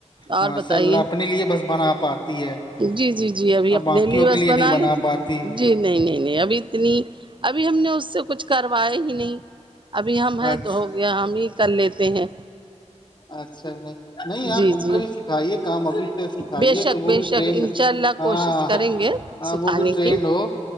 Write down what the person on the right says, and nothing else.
اور
بتائیے
جی جی جی ابھی
اپنے
لیے بس
بنا
لیتی
جی نہیں نہیں نہیں ابھی اتنی ابھی ہم نے اس سے کچھ کروائے ہی نہیں ابھی ہم ہیں
تو ہو گیا ہم ہی کر لیتے ہیں
جی
جی
بے شک
بے
شک
انشاء اللہ
کوشش کریں گے
سکھانے
کی